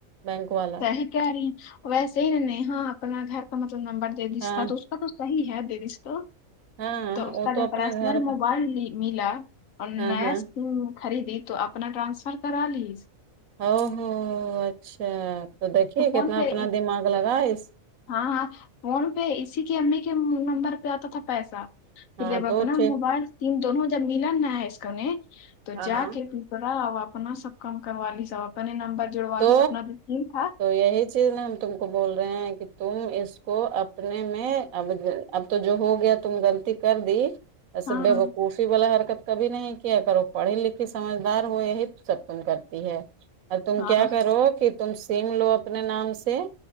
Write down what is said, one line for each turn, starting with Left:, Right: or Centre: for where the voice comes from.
Right: بینک والا
Left: کہہ رہی ہیں ویسے ہی نے ہاں اپنا گھر کا مطلب نمبر دے دیس
Right: ہاں
Left: اس کا تو صحی ہے دینس تو
Right: ہاں ہاں
Left: تو اس
Right: وہ
Left: کا جو
Right: اپنے
Left: فرسنل
Right: گھر
Left: موبائل
Right: کا
Left: ملا اور
Right: ہاں
Left: نیا
Right: ہاں
Left: خریدی تو اپنا ٹرانسفر کرا لی
Right: ا ہو اچھا تو دیکھیے
Left: فون
Right: کتنا
Left: پہ
Right: اپنا
Left: اس-
Right: دماغ لگا اس
Left: ہاں ہاں فون پہ اسی کی امی کے نمبر پہ آتا تھا پیسہ پھر
Right: ہاں
Left: جب اپنا
Right: تو ٹھیک
Left: موبائل تین دونوں جب مل نہ ہے اس کو نے تو
Right: ہاں
Left: جا
Right: ہاں
Left: کے پا اب اپنا سب کم کروا لی سب اپنے نمبر جڑوا
Right: تو
Left: لی سب اپنا توم تھا
Right: تو یہی چیز ہم تم کو بول رہے ہیں کہ تم اس کو اپنے میں اب اب تو جو ہو گیا تم غلطی کر دی ایسے
Left: ہاں
Right: بےوقوفی
Left: ہاں
Right: والا حرکت کبھی نہیں کیا کرو پڑھی لکھی سمجھدار ہو ہی تو سب تم کرتی ہے ا
Left: ہاں
Right: کیا کرو کہ تم سم لو اپنے نام سے